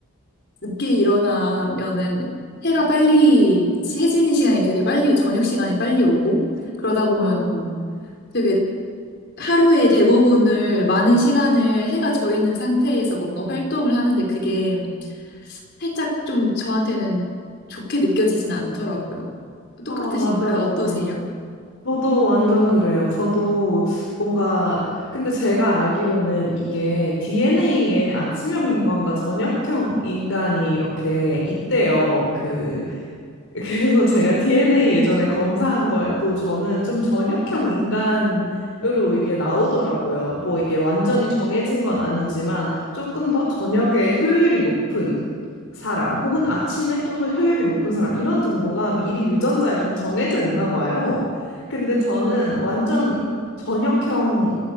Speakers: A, on the left (about 55°); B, on the left (about 80°).
A: 늦게 일어나면은 해가 빨리 해지는 시간이 되게 빨리 저녁 시간이 빨리 오고 그러다 보면은
B: 음.
A: 되게 하루의 대부분을 많은 시간을 해가 져 있는 상태에서 뭔가 활동을 하는데 그게 살짝 좀 저한테는 좋게 느껴지진 않더라고요. 똑같으신가요?
B: 아, 맞아, 맞아.
A: 어떠세요?
B: 저도 완전 그래요. 저도 뭔가, 근데 제가 알기로는 이게 DNA에 아침형 인간과 저녁형 인간이 이렇게 있대요. 그, <laughs> 그래서 제가 DNA 예전에 검사한 거에도 저는 좀 저녁형 인간으로 이게 나오더라고요. 뭐 이게 완전히 정해진 건 아니지만 조금 더 저녁에 효율이 높은 사람 혹은 아침에 좀 더 효율이 높은 사람 이런 정도가 미리 유전자에 좀 정해져 있나 봐요. 근데 저는 완전 저녁형